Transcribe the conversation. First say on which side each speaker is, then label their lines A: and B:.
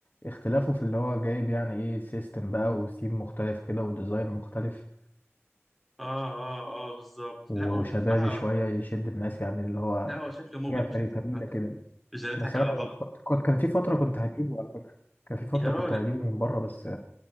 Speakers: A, on the left (about 40°); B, in the centre.
A: اختلافه في اللي هو جايب يعني ايه سيستم بقى وثيم مختلف كده وديزاين مختلف
B: اه اه اه بالظبط
A: وشبابي
B: لا وبصراحه
A: شوية يشد الناس يعني اللي هو
B: لا هو شكله مغري
A: حاجة فري-
B: مش هنضحك
A: فريدة
B: على-
A: كده
B: مش هنضحك
A: بس انا
B: على بعض
A: كنت, كنت كان في فترة كنت هجيبه على فكرة كان في فترة
B: يا راجل
A: كنت هجيبه من بره بس